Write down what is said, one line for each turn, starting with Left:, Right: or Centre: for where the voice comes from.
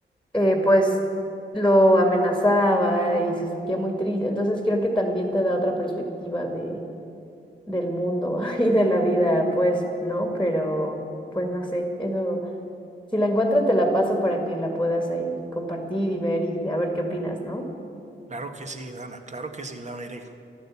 Centre: eh, pues lo amenazaba y se sentía muy triste. Entonces creo que también te da otra perspectiva de, del mundo <laughs> y de la vida, pues, ¿no? Pero pues no sé, eso, si la encuentro te la paso para que la puedas ahí compartir y ver y a ver qué opinas, ¿no?
Right: Claro que sí, Dana, claro que sí, la veré.